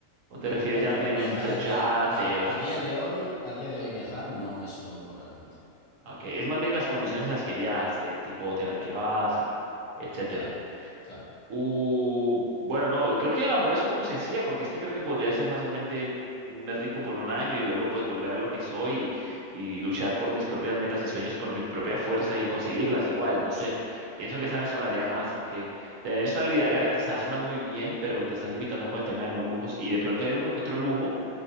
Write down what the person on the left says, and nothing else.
Mm,
hombre,
viajar
a
día, de- a,
a
día
de hoy, a día de hoy viajar no es un lujo realmente.
Claro, claro.
Sí.